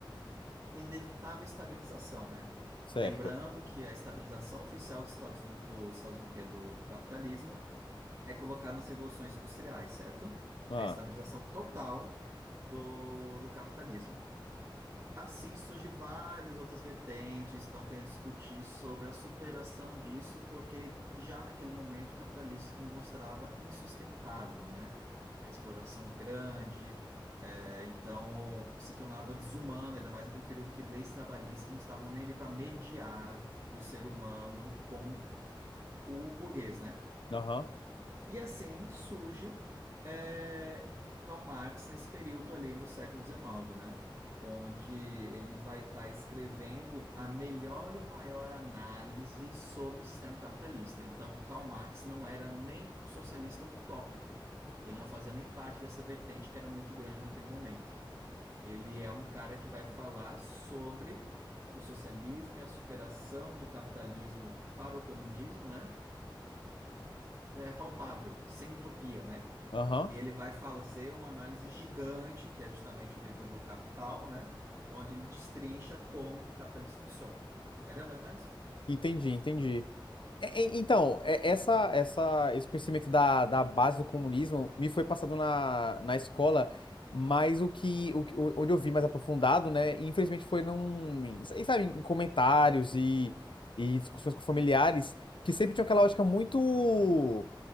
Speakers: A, on the right; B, on the left.
A: inevitável estabilização, né?
B: certo.
A: Lembrando que a estabilização oficial dos Estados, Uni- do Estados Unidos, que é do, do capitalismo, é colocado nas revoluções industriais, certo?
B: Ah,
A: É a estabilização total do, do capitalismo. Assim surge várias outras vertentes, que estão querendo discutir sobre a superação disso, porque já naquele momento o capitalismo se demonstrava insustentável, né? É A exploração grande, é, então se tornava desumano, ainda mais naquele período que leis trabalhistas não estavam nele para mediar o ser humano com o burguês, né?
B: aham,
A: E assim surge é, Karl Marx nesse período ali no século XIX, né? Onde ele vai estar escrevendo a melhor e maior análise sobre o sistema capitalista. Então, Karl Marx não era nem um socialista utópico. Ele não fazia nem parte dessa vertente que era muito grande naquele momento. Ele é um cara que vai falar sobre o socialismo e a superação do capitalismo para o comunismo, né? é palpável, sem utopia, né?
B: aham.
A: E ele vai fazer uma análise gigante, que é justamente o livro do Capital, né? Onde ele destrincha como o capitalismo funciona. Entendeu, mais ou menos?
B: Entendi, entendi. É, é, então, é- essa, essa, esse conhecimento da, da base do comunismo me foi passado na, na escola, mas o que, o, que- o- onde eu vi mais aprofundado, né, infelizmente foi num, em- sabe, em comentários e, e discussões com familiares, que sempre tinham aquela lógica muito.